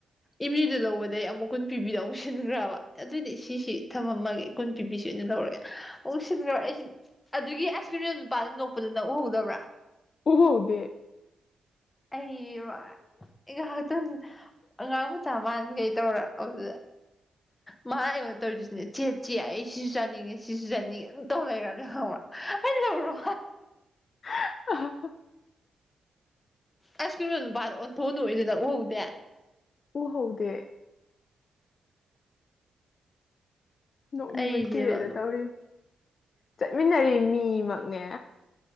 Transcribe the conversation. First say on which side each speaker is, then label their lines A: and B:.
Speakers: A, on the left; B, on the left.
A: ꯏꯝꯂꯤꯗꯨ ꯂꯧꯕꯗꯒꯤ ꯑꯃꯨꯛ ꯀꯨꯟ ꯄꯤꯕꯤꯗꯣ ꯑꯃꯨꯛ ꯁꯤꯟꯈ꯭ꯔꯕ ꯑꯗꯨꯏꯗꯤ ꯁꯤꯁꯤ ꯊꯝꯃꯝꯃꯒꯦ ꯀꯨꯟ ꯄꯤꯕꯤꯁꯦ ꯑꯣꯏꯅ ꯂꯧꯔꯒꯦ ꯑꯃꯨꯛ ꯁꯤꯟꯈ꯭ꯔꯕ ꯑꯩꯁꯤ ꯑꯗꯨꯒꯤ ꯑꯥꯏꯁ ꯀ꯭ꯔꯤꯝꯗ ꯅꯨꯄꯥꯗ ꯅꯣꯛꯄꯗ ꯅꯪ ꯎꯍꯧꯗꯕ꯭ꯔꯥ
B: ꯎꯍꯧꯗꯦ
A: ꯑꯩꯔꯣ ꯑꯩ ꯉꯥꯏꯍꯥꯛꯇꯪ ꯑꯉꯥꯡ ꯃꯆꯥ ꯃꯥꯟꯈꯩ ꯇꯧꯔꯛꯄꯗꯨꯗ ꯃꯥ ꯑꯩꯉꯣꯟ ꯇꯧꯔꯤꯗꯨꯁꯨꯅꯦ ꯆꯦ ꯆꯦ ꯑꯩ ꯁꯤꯁꯨ ꯆꯥꯅꯤꯡꯉꯦ ꯁꯤꯁꯨ ꯆꯥꯅꯤꯡꯉꯦ ꯑꯗꯨꯝ ꯇꯧꯔ ꯂꯩꯈ꯭ꯔꯕꯥ ꯑꯩ ꯂꯧꯔꯣ
B: <inaudible>
A: ꯑꯥꯏꯁ ꯀ꯭ꯔꯤꯝ ꯌꯣꯟ ꯅꯨꯄꯥꯗꯣ ꯑꯣꯟꯊꯣꯛꯑ ꯅꯣꯛꯏꯗꯨ ꯅꯪ ꯎꯍꯧꯗꯦ
B: ꯎꯍꯧꯗꯦ ꯅꯣꯛꯅꯤꯡꯕꯅ
A: ꯑꯩꯗꯤꯕ
B: ꯁꯤꯔꯦꯗ
A: ꯑꯗꯨ
B: ꯇꯧꯔꯤ ꯆꯠꯃꯤꯟꯅꯔꯤ ꯃꯤꯃꯛꯅꯦ